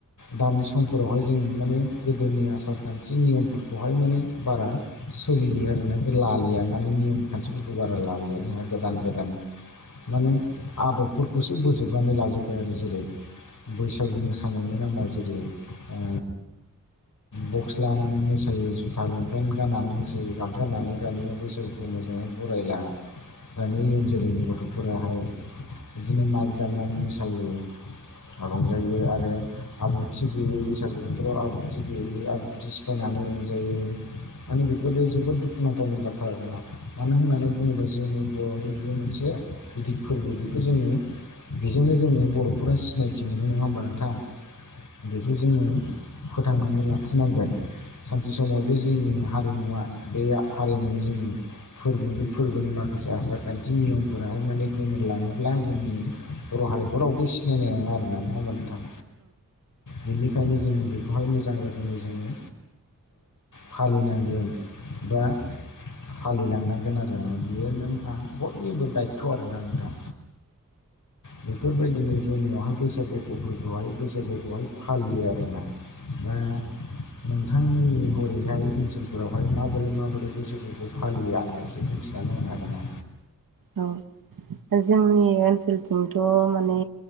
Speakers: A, on the left; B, on the right.
A: दामानि समफोरावहाय जोङो माने गोदोनि आसारखान्थि थि नियमफोरखौहाय माने बारा सोलियो आरो ना बे लालिया माने नियम खान्थिफोरखौ बारा लालिया जोंहा गोदान गोदान माने आदबफोरखौसो बोजोबनानै लाजोबबाय आरो जेरै बैसागु मोसानायनि नामाव जेरै आ बक्स लानानै मोसायो जुथा लंपेन्ट गाननानै मोसायो गामसा गाननानै दानिया बैसागुखौ मोजांङै बरायला दानि इयुन जोलैनि गथ'फोराहाय बिदिनो माइक दामनानै मोसायो रंजायो आरो आब्रुथि गैयै बैसागु बोथोराव आब्रुथि गैयि आब्रुथि सिफायनानै रंजायो माने बेफोरो जोबोद दु खुनांथावनि बाथ्रा नङा मानो होननानै बुङोब्ला जोंनि बर'नि बेयो मोनसे गिदिर फोरबो बेखौ जोङो बेजोंनो जोङो बर'फोरा सिनायथि मोनो नङा होमबा नोंथां। बेखौ जोङो फोथांनानै लाखिनांगोन। सानसे समाव बे जोंनि हारिमुवा बे हारिमुनि जोंनि फोरबो बे फोरबोनि माखासे आसार खान्थि नियमफोराहाय माने गोमोरलाङोब्ला जोंनि बर' हारिखौ रावबो सिनायनाय नङा आरो ना नङा होमब नोंथां। बेनिखायनो जोङो बेखौहाय मोजां रोखोमै जोङो फालिनांगोन बा फालिलांनांगोन आरो ना बियो नों आं बयनिबो दायथ' आरो नोथां बेफोरबायदि लोगो जोंनियावहाय बैसागु फोरुफोरखौहाय बैसागुखौहाय फालियो आरोना दा नोंथांमोननि हरैहाय ओनसोलफोरावहाय माबोरै माबोरै बैसागुखौ फालियो आंनो एसे बुंथिनानै होनो हागोन ना?
B: औ जोंनि ओनसोलथिंथ' माने